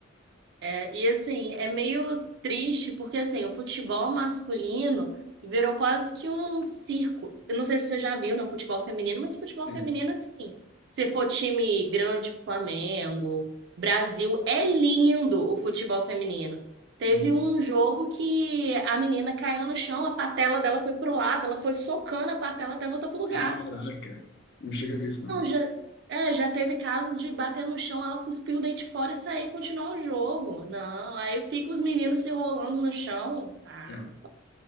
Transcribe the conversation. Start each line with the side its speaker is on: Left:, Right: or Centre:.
Right: É, e assim, é meio triste porque assim, o futebol masculino virou quase que um circo. Eu não sei se você já viu no futebol feminino, mas futebol
Left: Sim.
Right: feminino assim, se for time grande, Flamengo, Brasil, é lindo o futebol feminino. Teve
Left: Hum.
Right: um jogo que a menina caiu no chão, a patela dela foi pro lado, ela foi socando a patela até voltar pro lugar.
Left: Caraca! Não chega a ver isso, não.
Right: Não, já, é, já teve casos de bater no chão, ela cuspir o dente fora e sair e continuar o jogo. Não, aí fica os meninos se rolando no chão. Ah,
Left: É.